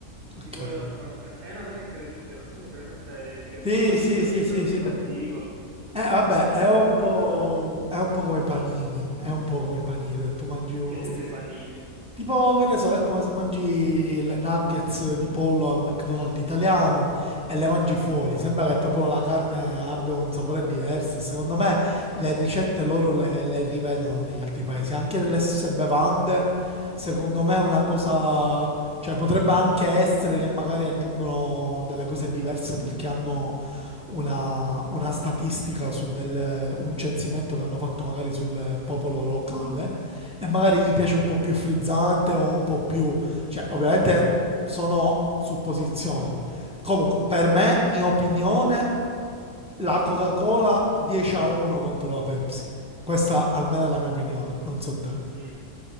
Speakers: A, in the centre; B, on the right.
A: ok.
B: tipo di un'altra nazione. È una cosa incredibile, non so se è presente di che
A: Sì,
B: parlo,
A: sì,
B: che ho
A: sì,
B: cercato
A: sì, sì.
B: sto articolo.
A: Eh, vabbè,
B: Chissà
A: è un
B: se con...
A: po',
B: eh,
A: è un po' come i panini,
B: mm,
A: è un po' come i panini, se tu mangi lo
B: in che senso
A: stesso.
B: i panini?
A: Tipo, che ne so, è come se mangi le nuggets di pollo al McDonald's italiano e le mangi fuori. Sembra che proprio la carne abbia un sapore diverso. Secondo me le ricette loro le, le rivedono negli altri paesi. Anche delle stesse bevande, secondo me è una cosa... Cioè, potrebbe anche essere che magari aggiungono delle cose diverse perché hanno una, una statistica su del- un censimento che hanno fatto magari sul popolo locale e magari gli piace un po' più frizzante o un po' più... cioè ovviamente sono supposizioni. Comunque, per me, mia opinione, la Coca-Cola 10 a 1 contro la Pepsi. Questa almeno è la mia opinione, non so te.
B: Mm.